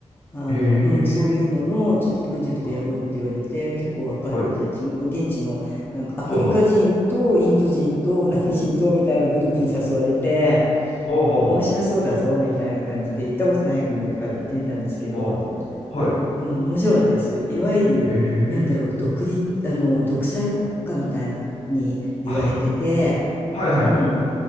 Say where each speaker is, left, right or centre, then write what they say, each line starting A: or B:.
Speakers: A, on the left; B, on the left.
A: あの、
B: ええ
A: うん、そういうののちょっとプロジェクトやろうって言われて結構若い子たち現地のなんかアフリカ人とインド人と
B: は、はい、はいはい、は
A: <laughs> 何人とみたいなグループに誘われて
B: あはあはあ、
A: 面白そうだぞみたいな感じで行ったことない国だから行ってみたんですけど、
B: はあ、ほうはい、
A: まあ、うん、面白かったです。いわゆるなんだろう独立あの独裁国家みたいなに言われてて、
B: ええああ、はいはいはい、
A: うん、